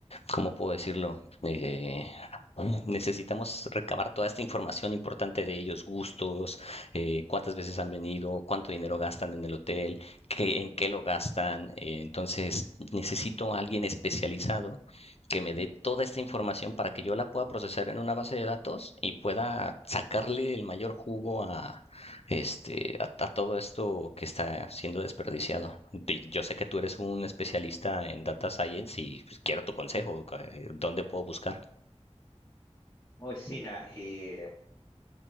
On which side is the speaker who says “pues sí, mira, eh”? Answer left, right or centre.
Left